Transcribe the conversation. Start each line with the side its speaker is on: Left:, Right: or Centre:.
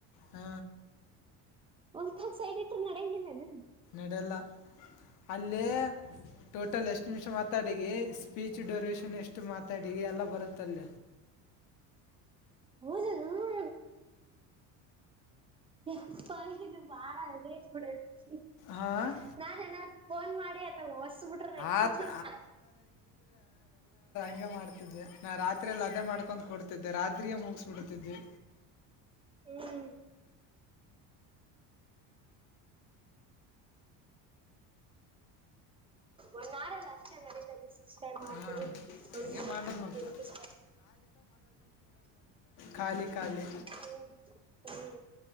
Left: ಹ್ಮ
Right: ಒಲ್ಗ ಸೈಡ್ ಇಟ್ರ ನಡಂಗಿಲ್ಲೇನು
Left: ನಡೆಲ್ಲ ಅಲ್ಲೇ ಟೋಟಲ್ ಎಷ್ಟು ನಿಮಿಷ ಮಾತಾಡಿಗೆ ಸ್ಪೀಚ್ ಡ್ಯೂರೇಷನ್ ಎಷ್ಟು ಮಾತಾಡಿಗೆ ಎಲ್ಲ ಬರುತ್ತ ತಲ್ಲ
Right: ಹದಾನ ಯಪ್ಪಾ ನಿಂದ್ ಬಾಳ ಅನೆಜ್ ಪಡೈತೆ
Left: ಹಾಂ
Right: ನಾನ್ ನ ಫೋನ್ ಮಾಡಿ ಅಥ ಹೊಸ್ಬಿಟ್ರೆ ನಡಚ
Left: ಆತ್
Right: ಚಂದನ್ಕ
Left: ಈಗ ಮಾಡ್ತಿದ್ದೆ ನಾ ರಾತ್ರಿಯಲ್ಲಿ ಅದೇ ಮಾಡ್ಕೊಂಡ್ ಕೊಡ್ತಿದ್ದೆ ರಾತ್ರಿಯ ಮುಗಿಸಬಿಡ್ತಿದ್ವಿ
Right: ಹ್ಮ್ ಒಂದ ಆರ ಅಲ್ಲ ಅಷ್ಟು ನಡತದೆ ಸಿಕ್ಸ್ ಟೈಮ್ ಮಾಡ್ತೀ
Left: ಹಾಂ
Right: ಒ
Left: ಹಂಗೆ
Right: ನೈಂಟಿ
Left: ಮಾಡೋದು ಮತ್ತೆ
Right: ರುಪೀಸ್
Left: ಕಾಾಲಿ ಕಖಾಾಲಿ
Right: ಹ್ಮ್ ಹ್ಮ್